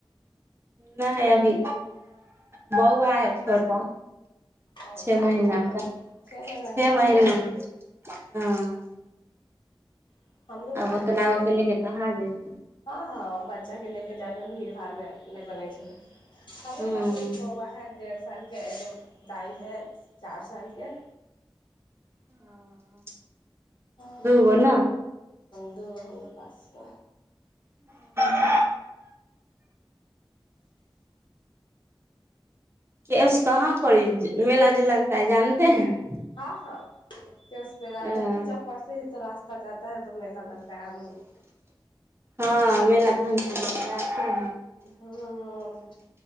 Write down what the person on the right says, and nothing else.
नहि अभी बौआ है छोटा
छे
महीना के
छे
महीना
के, हँ
आब
ओतना
ओतनी तऽ कहाँ जयबे
हूँ
ह
दू गो न
<inaudible> केस कहाँ पड़ मेला जे लगता है जानते हैं
हैं
हँ <unintelligible>